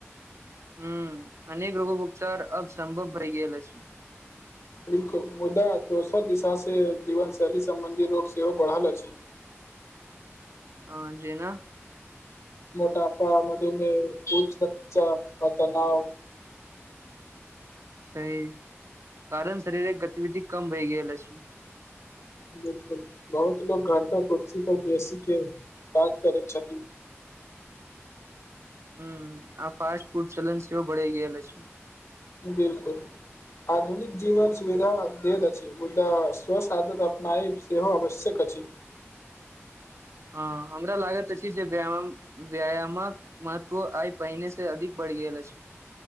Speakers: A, on the right (about 70°); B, on the left (about 75°).
A: हूँ अनेक रोगोक उपचार अब सम्भव भइ गेल अछि
B: बिल्कुल मुदा दोसर दिशा से जीवन शैली सम्बंधी रोग सेहो बढ़ल अछि
A: हाँ जेना
B: मोटापा मधुमेह उच्च रक्तचाप आ तनाव
A: सही कारण शरीर गतिविधि कम भइ गेल अछि
B: बिल्कुल बहुत लोक घंटों कुर्सी कपर बेसीके काज करैत छथि
A: हूँ आ फास्ट फूड चलन सेहो बढ़ि गेल अछि
B: बिल्कुल आधुनिक जीवन सुविधा देत अछि मुदा स्वस्थ्य साधन अपनायिब सेहो आवश्यक अछि
A: हाँ हमरा लागैत अछि जे व्यायाम व्यायामक महत्व आइ पहिनेसँ अधिक बढ़ि गेल अछि